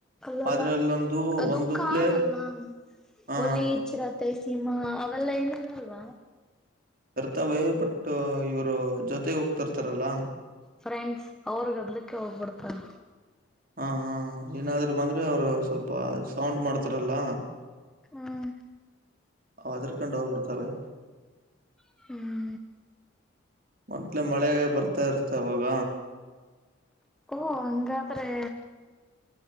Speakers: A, in the centre; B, on the right.
A: ಅಲ್ಲಲ್ಲ
B: ಆದ್ರೆ ಅಲ್ಲೊಂದು
A: ಅದು
B: ಒಂದು
A: ಕಾಡಲ್ಲ
B: ಪ್ಲೇ
A: ಅಲ್ಲ
B: ಆ
A: ಹುಲಿ ಚಿರತೆ. ಸಿಂಹ ಅವೆಲ್ಲ ಏನು ಇರಲ್ವ.
B: ಇರ್ತವೆ ಬಟ್ ಇವರು ಜೊತೆಗೆ ಹೋಗ್ತರ್ತಾರಲ್ಲ.
A: ಫ್ರೆಂಡ್ಸ್ ಅವ್ರಿಗೆ ಅದಲಿಕ್ಕೆ ಹೋಗ್ಬಿಡ್ತಾರೆ.
B: ಹಾ ಹಾ ಏನಾದ್ರು ಬಂದ್ರೆ ಅವ್ರು ಸ್ವಲ್ಪ ಸೌಂಡ್ ಮಾಡ್ತಾರಲ್ಲ.
A: ಹ್ಮ
B: ಹೆದ್ದಾರಿಕೊಂಡು ಹೋಗ್ಬಿಡ್ತವೆ
A: <inaudible>
B: ಮೊದ್ಲೇ ಮಳೆ ಬರ್ತಾ ಇರುತ್ತೆ ಅವಾಗ.
A: ಓ ಹಂಗಾದ್ರೆ.